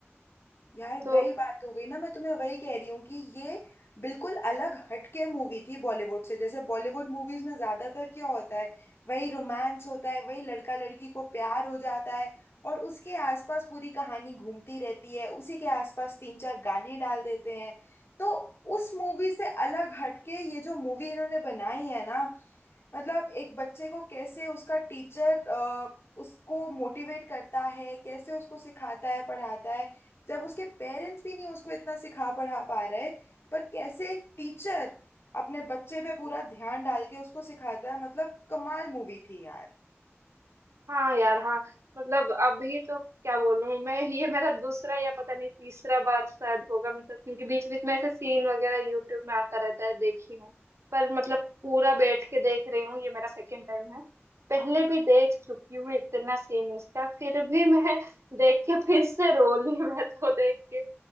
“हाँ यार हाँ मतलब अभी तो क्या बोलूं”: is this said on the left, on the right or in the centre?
Right